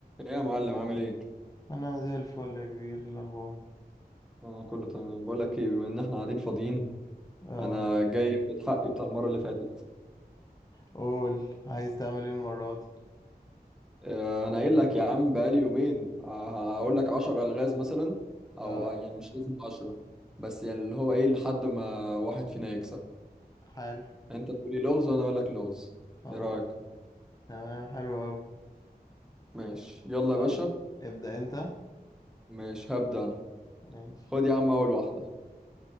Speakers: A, in the centre; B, on the left (about 20°).
A: ايه يا معلم عامل ايه؟
B: انا زي الفل يا كبير إيه الاخبار
A: انا كله تمام بقول لك ايه بما ان احنا قاعدين فاضيين
B: اه
A: انا جاي في حقي بتاع المره اللي فاتت
B: قول عايز تعمل ايه المره دي
A: آه، انا قايل لك يا عم بقالي يومين آه، هقول لك 10 الغاز مثلا
B: اه
A: او آه، يعني مش لازم 10 بس يعني اللي هو ايه لحد ما واحد فينا يكسب
B: حلو
A: انت تقول لي لغز وانا اقول لك لغز
B: خلاص
A: ايه رايك؟
B: تمام حلو قوي
A: ماشي يلا يا
B: يلا
A: باشا
B: ابدا انت
A: ماشي هبدا انا
B: ماشي
A: خد يا عم اول واحده